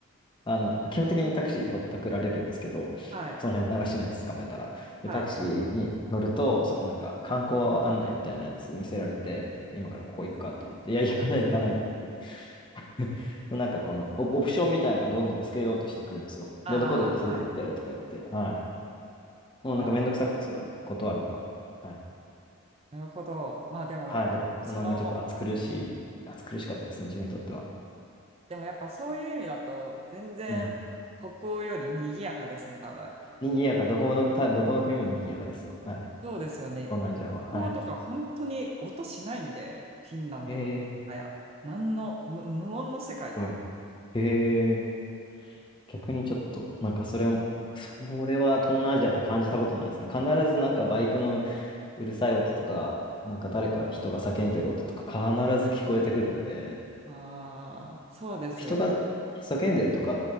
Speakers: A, on the left; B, on the right.
A: あの、基本的にタクシーぼったくられるんですけど、
B: はい、
A: その辺流しのやつ捕まえたら。で、
B: はい。
A: タクシーに乗ると、そのなんか観光案内みたいなやつ見せられて、今からここ行くかって言われて、いや、行かない行かないって。<laughs> なんかこのオ、オプションみたいなのどんどんつけようとしてくるんですよ。
B: ああはい。
A: で、どこどこ連れてってやるとか言って、はい。もうなんかめんどくさくて、
B: わ、
A: それを断るのが。はい。
B: なるほど。まあでも、
A: はい。ベトナムはちょっと暑苦しい、
B: その、
A: 暑苦しかったですね、自分にとっては。
B: でもやっぱそういう意味だと、全然北欧より賑やかですね、
A: うん。
B: 多分。
A: 賑やか、どこの、た、どこの国も賑やかですよ。はい。
B: そうですよね。
A: 東南アジアは。はい。
B: 北欧とか本当に音しないんで、フィンランドとか。
A: へえ、す
B: あいや、何の無、無音の世界っていうか
A: ごい。へえ、逆にちょっと、なんかそれも、それは東南アジアって感じたことないですね。必ずなんかバイクのうるさい音とか、なんか誰か人が叫んでる音とか必ず聞こえてくるので、
B: ああ、そうですよね。
A: 人が
B: <laughs>
A: 叫んでるとか、